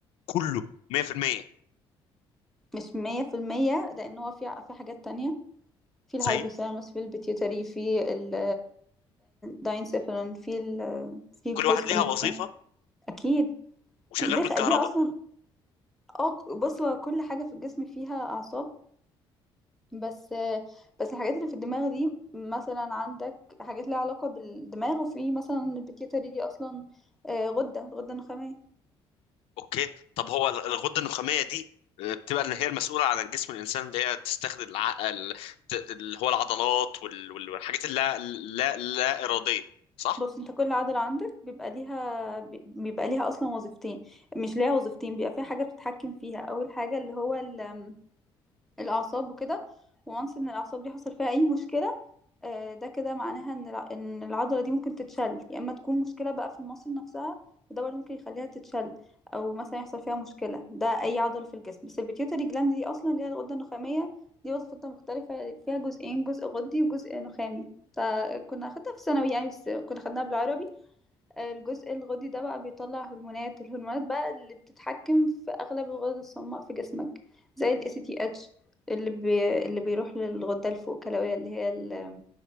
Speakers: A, on the left (about 80°); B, in the centre.
A: كله 100%
B: مش مية في المية لان هو في في حاجات تانية في
A: زي
B: الهايبوثالاموس في البيتيوتري في ال داينسيفالون في ال في الجزء
A: كل واحد ليها
B: المخ
A: وظيفه
B: اكيد
A: وشغال
B: دي
A: بالكهرباء
B: خ- دي اصلا اه ك- بص هو كل حاجة في الجسم فيها اعصاب بس بس الحاجات اللي في الدماغ دي مثلا عندك حاجات ليها علاقة بالدماغ وفي مثلا البيتيوتري دي اصلا آه، غدة غدة نخامية
A: اوكي طب هو الغده النخاميه دي آه، بتبقى اللي هي المسؤوله عن جسم الانسان اللي هي تستخدم العقل ت- اللي هو العضلات وال- وال- والحاجات اللا لا لا اراديه صح
B: بص انت كل عضلة عندك بيبقى ليها بي- بيبقى ليها اصلا وظيفتين مش ليها وظيفتين بيبقى فيها حاجة بتتحكم فيها اول حاجة اللي هو ال- الاعصاب وكده وانس ان الاعصاب دي حصل فيها اي مشكلة آه، ده كده معناها ان الع- ان العضلة دي ممكن تتشل يا اما تكون مشكلة بقى في المصل نفسها وده برضه ممكن يخليها تتشل او مثلا يحصل فيها مشكلة ده اي عضلة في الجسم بس البيتيوتري جلاند دي اصلا اللي هي الغدة النخامية دي وظيفتها مختلفة فيها جزئين جزء غدي وجزء نخامي فكنا اخدتها في الثانوي يعني بس كنا خدناها بالعربي الجزء الغدي ده بقى بيطلع هرمونات الهرمونات بقى اللي بتتحكم في اغلب الغدد الصماء في جسمك زي ال ACTH اللي بي... اللي بيروح للغدة الفوقكلوية اللي هي ال...